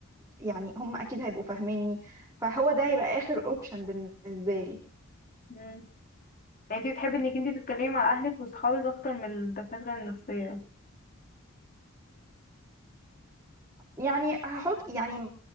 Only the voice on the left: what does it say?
مم. يعني انت بتحبي انك انت تتكلمي مع اهلك وصحابك اكتر من الدكاترة النفسية